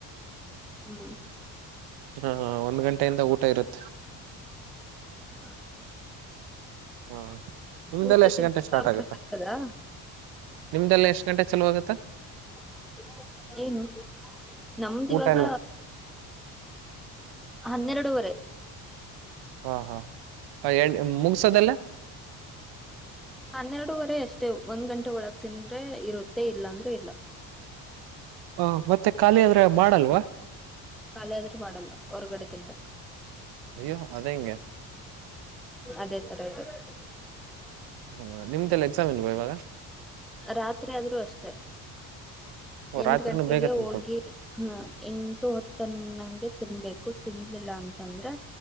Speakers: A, in the centre; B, on the right (about 75°).
A: ಹ್ಮ್
B: ಹಾ ಒಂದ್ ಗಂಟೆಯಿಂದ ಊಟ ಇರುತ್ತೆ.
A: ಹ್ಮ
B: ಹಾ ನಿಮ್ದೇಲ್ಲ
A: ಊಟ
B: ಎಷ್ಟು
A: ತಿಂದ
B: ಗಂಟೆ ಸ್ಟಾರ್ಟ್
A: ಆಮೇಲೆ
B: ಆಗುತ್ತ.
A: ಬರ್ತದಾ
B: ನಿಮ್ದೆಲ್ಲ ಎಷ್ಟ ಗಂಟೆ ಚಲೋ ಆಗತ್ತಾ
A: <inaudible> ಏನು ನಮ್ದ
B: ಊಟ
A: ಇವಾಗ
B: ಎಲ್ಲ
A: ಹನ್ನೆರಡುವರೆ
B: ಹಾ ಹಾ <unintelligible> ಮುಗಸೋದಲ್ಲ.
A: ಹನ್ನೆರಡುವರೆ ಅಷ್ಟೇ ಒಂದ್ ಗಂಟೆ ಒಳಗ್ ತಿಂದ್ರೆ ಇರುತ್ತೆ, ಇಲ್ಲಾ ಅಂದ್ರೆ ಇಲ್ಲ.
B: ಹ ಮತ್ತೆ ಖಾಲಿ ಆದ್ರೆ ಮಾಡಲ್ವಾ.
A: ಖಾಲಿ ಆದ್ರೆ ಮಾಡಲ್ಲ ಹೊರ್ಗಡೆ ತಿನ್ಬೇಕು.
B: ಅಯ್ಯೋ ಅದೆಂಗೆ.
A: ಅದೇ ತರ <unintelligible>
B: ಹಾ ನಿಮ್ದ ಎಲ್ಲ ಎಕ್ಸಾಮ್ ಇಲ್ವಾ ಇವಾಗ.
A: ರಾತ್ರಿ ಆದ್ರೂ ಅಷ್ಟೆ
B: ಓ,
A: ಎಂಟು
B: ರಾತ್ರಿನೂ
A: ಗಂಟೆಗೆ
B: ಬೇಗ
A: <unintelligible>
B: ತಿನ್ಕೋ
A: ಹ್ಮ ಎಂಟು ಹತ್ತ ಅನ್ನಂಗೆ ತಿನ್ಬೇಕು ತಿಂದಿಲ್ಲ ಅಂತಂದ್ರೆ.